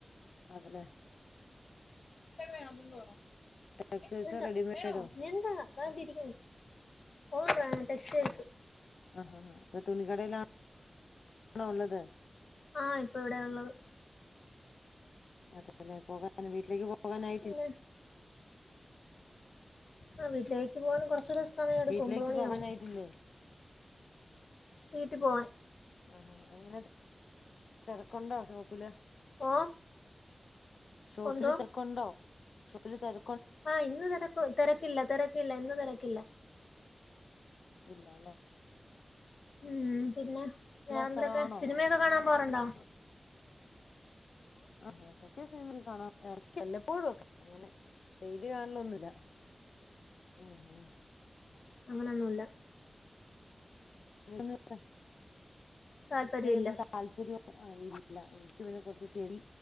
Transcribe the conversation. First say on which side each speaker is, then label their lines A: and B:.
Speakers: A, on the left; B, on the left.
A: അതെലെ.
B: <unintelligible> ബിങ്കോ
A: ടെക്സ്റ്റൈൽസോ
B: വേണോ,
A: റെഡിമെയ്ഡോ
B: ഏ വേണോ <unintelligible> ഓ ടെക്സ്റ്റൈൽസ്.
A: ആ ആ ആ ഇപ്പം തുണികടയിലാണോ ഒള്ളത്.
B: ആ ഇപ്പൊ ഇവിടെള്ളത്.
A: അതേലെ, പോകാന് വീട്ടിലേയ്ക്ക് പോകാനായിട്ടില്ല.
B: പിന്നെ ആ വീട്ടിലേയ്ക്ക് പോകാൻ കൊറച്ചൂടെ സമയട്ക്കും
A: വീട്ടിലേക്ക്
B: ഒമ്പേണിയാവും.
A: പോകാനായിട്ടില്ലേ
B: വീട്ടി പോവാൻ
A: ആഹാ എങ്ങനെ, തെരക്കുണ്ടോ ഷോപ്പില്.
B: ഓ,
A: ഷോപ്പില്
B: എന്തോ
A: തെക്കുണ്ടോ? ഷോപ്പില് തെര
B: ആ ഇന്നു തെരക്കു തെരക്കില്ല തെരക്കില്ല ഇന്നു തെരക്കില്ല.
A: ഇല്ലാല്ലേ.
B: ഉം പിന്നെ വേറെന്തൊക്കെ?
A: സ്ഥലമാണോ
B: സിനിമയൊക്കെ കാണാൻ പോവാറ്ണ്ട?
A: ആ എടക്കൊക്കെ സിനിമ കാണറുണ്ട്. എടയ്ക്ക്‌ വല്ലപ്പോഴും ഒക്കെ അങ്ങനെ ഡെയിലി കാണലൊന്നുല്ല. ഓ ഓ
B: അങ്ങനൊന്നുല്ല.
A: <unintelligible>
B: താല്പര്യല്ല
A: അങ്ങനൊന്നും താല്പര്യ ആ <unintelligible> ഇൻക്ക് പിന്നെ കൊർച്ച് ചെടി,